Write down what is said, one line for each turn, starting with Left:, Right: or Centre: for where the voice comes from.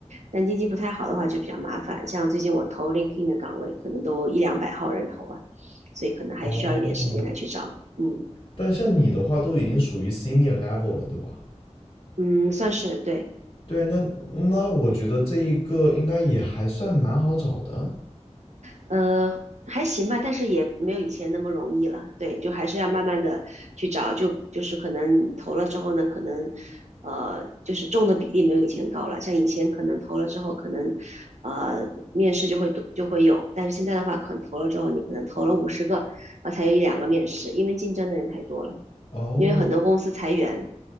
Right: 但经济不太好的话就比较麻烦。像最近我投 LinkedIn 的岗位，可能都一两百号人投啊，所以可能还需要一点时间来去找，
Left: 哦，
Right: 嗯
Left: 但像你的话，都已经属于 senior level 了，对吧？
Right: 嗯，算是对。
Left: 对，那那我觉得这一个应该也还算蛮好找的。
Right: 呃，还行吧，但是也没有以前那么容易了。对，就还是要慢慢的去找，就就是可能你投了之后呢，可能呃，就是中的比例没有以前高了。像以前可能投了之后，可能呃面试就会多就会有，但是现在的话，可能投了之后，你可能投了五十个，啊才有一两个面试，因为竞争的人太多了，
Left: 哦
Right: 因为很多公司裁员，